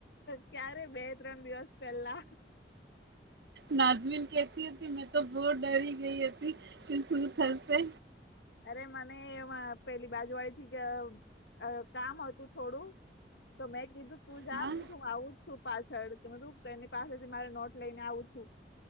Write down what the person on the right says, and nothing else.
નાજમિન કેતી હતી મેં તો બહુ ડરી ગઈ હતી કે શું થસે.
હા